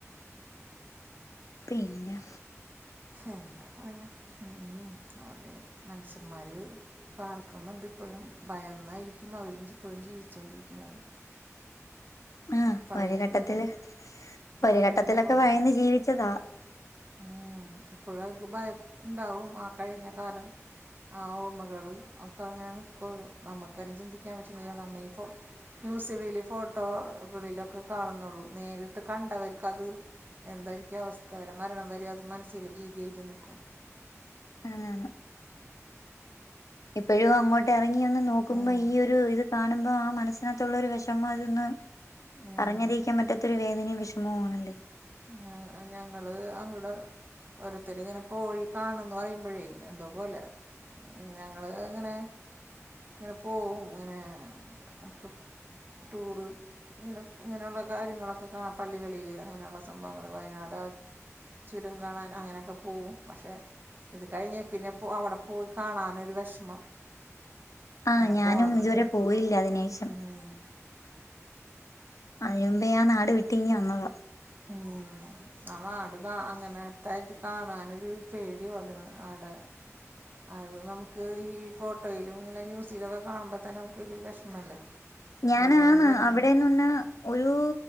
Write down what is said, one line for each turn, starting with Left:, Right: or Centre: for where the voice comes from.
Left: പിഞ്ഞ
Right: എന്താ പറയാ ഉം അടെ മനുഷ്യന്മാര് പാർക്കുന്നുണ്ട് ഇപ്പോഴും ഭയന്നായിരിക്കും അവര് ഇപ്പോഴും ജീവിച്ചൊണ്ടിരിക്കുന്നത്.
Left: ആ
Right: പഴയതൊന്നും
Left: ഒരു ഘട്ടത്തില് ഒരു
Right: മാറിനിന്ന്
Left: ഘട്ടത്തിലൊക്കെ
Right: പോകാൻ
Left: ഭയന്ന്
Right: പറ്റില്ല
Left: ജീവിച്ചതാ.
Right: ഉം ഇപ്പോഴു അവർക്ക് ഭയം ഇണ്ടാവും ആ കഴിഞ്ഞ കാലം. ആ ഓർമ്മകള് ഒക്കെ അങ്ങനെ നിക്കുവല്ലോ നമ്മുക്ക് തന്നെ ചിന്തിക്കാൻ പറ്റ നമ്മ ഇപ്പോ ന്യൂസുകളില് ഫോട്ടോകളിലൊക്കെ കാണുന്നുള്ളൂ. നേരിട്ട് കണ്ടവർക്ക് അത് എന്തായിരിക്കും അവസ്ഥര മരണം വരെ അത് മനസ്സിൽ ഭീതിയായിട്ട് നിക്കും.
Left: അനെയാണ്. എപ്പോഴും അങ്ങോട്ട് എറങ്ങി ഒന്ന് നോക്കുമ്പോ
Right: ഉം
Left: ഈ ഒരു ഇത് കാണുമ്പോ ആ മനസ്സിനകത്തുള്ള ഒരു വെഷമം അതൊന്ന്
Right: ഉം
Left: പറഞ്ഞറിയിക്കാൻ പറ്റാത്തൊരു വേദനയും വെഷമോം ആണല്ലേ.
Right: ഞ, ഞങ്ങള് അങ്ട ഓരത്തരു ഇങ്ങനെ പോഴി കാണന്ന് പറയുമ്പോഴേ എന്തോ പോലെ ഞങ്ങള് ഇങ്ങനെ ഇങ്ങനെ പോകവും ഇങ്ങനെ ഒക്കെ ടൂറ് ഇങ്ങനെ ഇങ്ങനെയുള്ള കാര്യങ്ങളൊക്കെ കാ പള്ളികളിൽ അങ്ങനെയുള്ള സംഭവങ്ങൾ വയനാട് ആഹ് ചുരം കാണാൻ അങ്ങനെയൊക്കെ പോകവും പക്ഷെ ഇത് കഴിഞ്ഞഞ് പിന്നെ അവിടെ പോയി കാണാനൊരു വിഷമം
Left: ആഹ്
Right: ആങ്ങനെ
Left: ഞാനും
Right: പോണ ഒന്ന
Left: ഇതുവരെ
Right: ഇങ്ങനെ
Left: പോയില്ല അതിനേഷം
Right: ഉം
Left: അതിനുമ്പേ ഞാൻ നാട് വിട്ടി ഇഞ്ഞ് വന്നതാ
Right: ഉം ആഹ് നാട് കാ അങ്ങനെത്ത ആയിട്ട് കാണാനൊരു പേടി പോലൊണ് ആടെ അത് നമുക്ക് ഈ ഫോട്ടോയിലും ഇങ്ങനെ ന്യൂസിലൊക്കെ കാണുമ്പോൾ തന്നെ നമുക്കൊരു വിഷമല്ലേ
Left: ഞാന
Right: എന്തോരാണ്
Left: ആന്ന
Right: ജനങ്ങൾ
Left: അവിടെന്ന് പറഞ്ഞ ഒരു